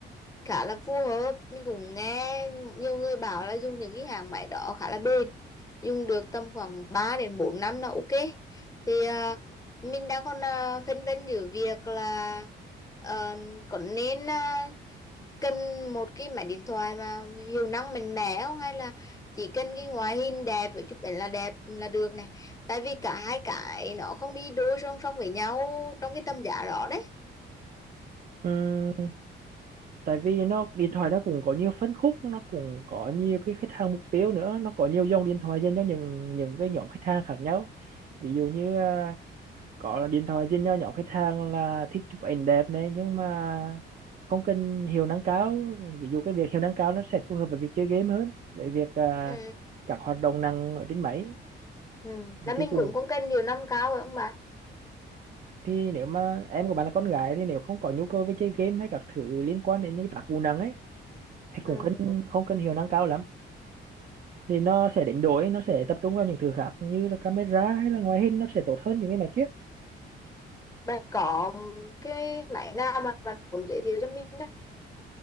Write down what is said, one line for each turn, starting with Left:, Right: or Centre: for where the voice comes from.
Left: khá là phù hợp mình cũng nghe nhiều người bảo là dùng những cái hàng máy đó khá là bền dùng được tầm khoảng 3 đến 4 năm là ok thì ờ, mình đang còn ờ, phân vân giữa việc là ờ, có nên ờ, cần một cái máy điện thoại mà hiệu năng mạnh mẽ không hay là chỉ cần cái ngoại hình đẹp với chụp ảnh là đẹp là được này tại vì cả hai cái nó không đi đôi song song với nhau trong cái tầm giá đó đấy
Right: Ừm, tại vì nó điện thoại nó cũng có nhiều phân khúc nó cũng có nhiều cái khách hàng mục tiêu nữa nó có nhiều dòng điện thoại dành cho những những cái nhóm khách hàng khác nhau ví dụ như à, có điện thoại trên nho nhỏ khách hàng là thích chụp ảnh đẹp này nhưng mà không cần hiệu năng cao ví dụ cái việc hiệu năng cao nó sẽ phù hợp với việc chơi game hơn với việc à,
Left: ừ.
Right: các hoạt động năng ở trên máy
Left: Ừ. là mình
Right: thì cũng
Left: cũng không cần nhiều năm cao rồi không bạn
Right: thì nếu mà em của bạn là con gái thì nếu không có nhu cầu với chơi game hay các thứ liên quan đến những cái tác vụ nặng ấy thì cũng
Left: ừ.
Right: không không cần hiệu năng cao lắm thì nó sẽ đánh đổi nó sẽ tập trung vào những thứ khác như là camera hay là ngoại hình nó sẽ tốt hơn những cái máy kia
Left: bạn có cái máy nào mà bạn muốn giới thiệu cho mình